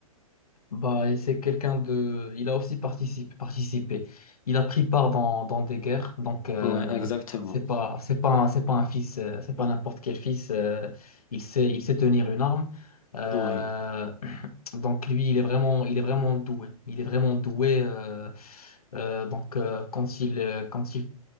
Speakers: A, on the left; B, on the left.
A: Bah, et c'est quelqu'un de. Il a aussi participé, participé. Il a pris part dans, dans des guerres. Donc, euh,
B: Ouais, exactement.
A: c'est pas, c'est pas, un- c'est pas un fils, euh, c'est pas n'importe quel fils. euh, il sait, il sait tenir une arme. Euh,
B: Ouais.
A: <clears throat> donc, lui, il est vraiment, il est vraiment doué. Il est vraiment doué. euh, euh, donc, euh, quand il, euh, quand il